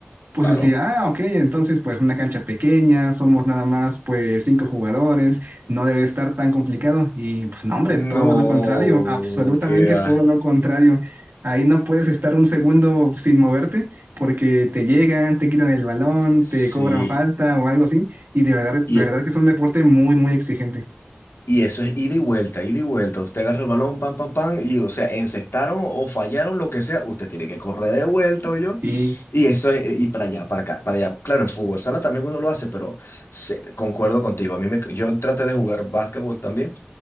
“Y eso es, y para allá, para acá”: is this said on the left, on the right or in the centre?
Left